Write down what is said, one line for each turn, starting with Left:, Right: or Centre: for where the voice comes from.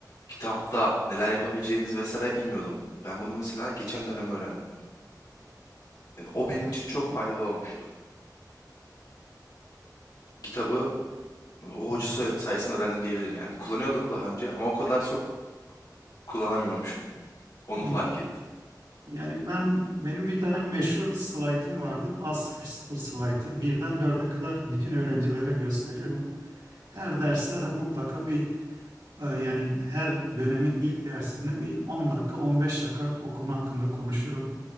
Left: kitapta neler yapabileceğimiz vesaire bilmiyordum. Ben bunu mesela geçen dönem öğrendim. Yani o benim için çok faydalı olmuştu. Kitabı o hocası sayesinde öğrendim diyebilirim yani. Kullanıyordum daha önce ama o kadar çok kullanamıyormuşum. Onu
Right: İyi.
Left: fark ettim.
Right: Yani ben benim bir tane meşhur slaytım vardır. A00 slaytı. Birden dörde kadar bütün öğrencilere gösteririm. Her derste de mutlaka bir e, yani her dönemin ilk dersinde bir 10 dakika 15 dakika o konu hakkında konuşurum.